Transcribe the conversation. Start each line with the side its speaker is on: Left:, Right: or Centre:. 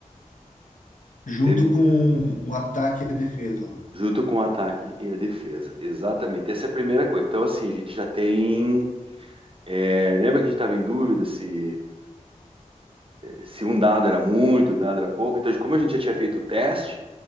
Left: Junto
Right: Teve-
Left: com o ataque e a defesa lá.
Right: Junto com o ataque e a defesa. Exatamente. Essa é a primeira coisa. Então, assim, a gente já tem. é, lembra que a gente estava em dúvida se, se um dado era muito, um dado era pouco. Então, como a gente já tinha feito o teste,